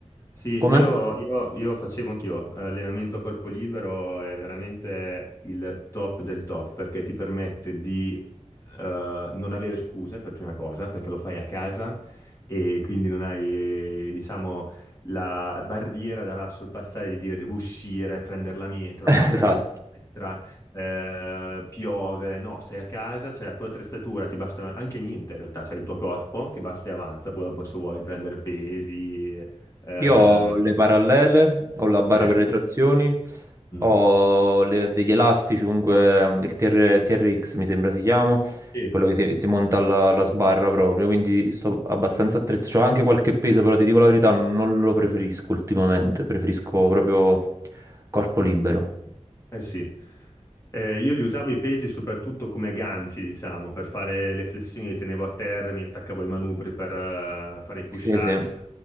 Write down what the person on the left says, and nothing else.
Sì,
io, io- io facevo anch'io eh, allenamento a corpo libero, è veramente il top del top perché ti permette di eh, non avere scuse per prima cosa, perché lo fai a casa e quindi non hai, diciamo, la barriera da sorpassare di dire devo uscire, prendere la metro,
andare in palestra eh, piove, no, sei a casa, c'è la tua attrezzatura, ti basta anche niente in realtà, c'è il tuo corpo che basta e avanza, poi dopo se vuoi prendere pesi, eh,
eh,
mm.
Sì.
Eh sì, Eh, io li usavo i pesi soprattutto come ganci, diciamo, per fare le flessioni, li tenevo a terra, mi attaccavo ai manubri per eh, fare i push-ups,